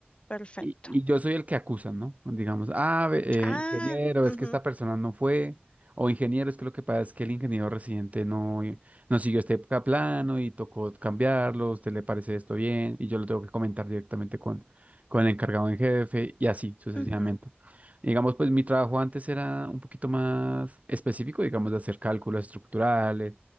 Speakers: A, on the left; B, on the right.
A: Perfecto.
B: Y, y yo soy el que acusan, ¿no? Digamos, ah, ve- eh,
A: Ah,
B: ingeniero,
A: ujú,
B: es que esta persona no fue, o ingeniero, es que lo que pasa es que el ingeniero residente no, eh, no siguió este ca- plano y tocó cambiarlo, ¿a usted le parece esto bien? Y yo lo tengo que comentar directamente con, con el encargado en jefe y así sucesivamente.
A: ujú.
B: Digamos, pues mi trabajo antes era un poquito más específico, digamos, de hacer cálculos estructurales,